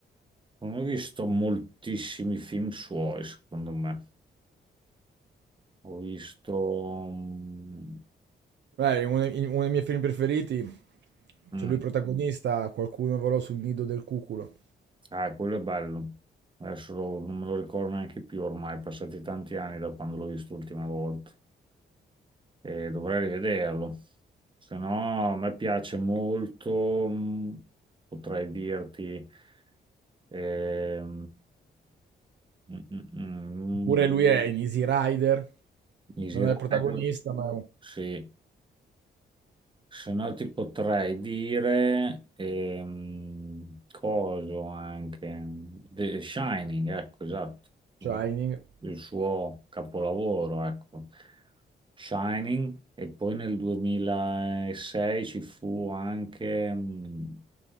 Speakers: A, on the right; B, on the right.
A: non ho visto moltissimi film suoi, secondo me. Ho visto... mm,
B: Eh, uno, dei uno dei miei film preferiti,
A: mm,
B: c'è lui protagonista, qualcuno volò sul nido del cuculo.
A: ah, quello è bello. Adesso lo- non me lo ricordo neanche più ormai, passati tanti anni da quando l'ho visto l'ultima volta. e dovrei rivederlo. Se no, a me piace molto, mh, potrei dirti, ehm, mm, mm, mm,
B: Oppure
A: mm,
B: lui è in Easy Rider,
A: Easy
B: non
A: Rider,
B: è il protagonista, ma è un
A: sì, Se no ti potrei dire ehm, coso anche The Shining, ecco, esatto, no?
B: Shining.
A: il suo capolavoro, ecco. Shining e poi nel 2006 ci fu anche mh,